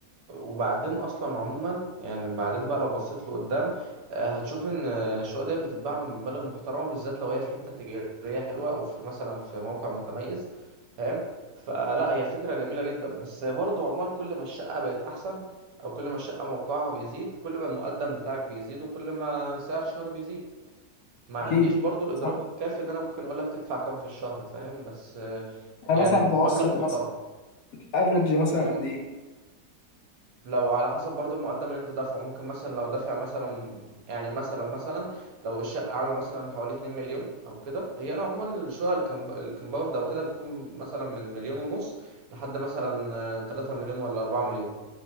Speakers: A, on the right; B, on the left.
A: وبعدين أصلا عموما يعني بعدين بقى لو بصيت لقدام آه، هتشوف إن آه، الشقق دي بتتباع بمبالغ محترمة بالذات لو هي في حتة تجارية حلوة أو في مثلا في موقع متميز فاهم فلا هي فكرة جميلة جدا بس برضه عموما كل ما الشقة بقت أحسن أو كل ما الشقة موقعها بيزيد كل ما المقدم بتاعك بيزيد وكل ما سعر الشهر بيزيد ما عنديش
B: اكيد
A: برضه الإدراك
B: صح
A: الكافي إن أنا ممكن أقولك تدفع كام في الشهر فاهم بس آه،
B: انا
A: يعني
B: مثلا متوسط
A: مبلغ محترم
B: مثلا افريج مثلا
A: ممكن
B: قد ايه؟
A: لو على حسب برضو المقدم اللي انت دافعه ممكن مثلا لو دافع مثلا يعني مثلا مثلا لو الشقة عاملة مثلا حوالي 2 مليون او كده هي عموما الشقق الكمب... الكمباوند او كده بتكون مثلا من مليون ونص لحد مثلا آه، 3 مليون ولا 4 مليون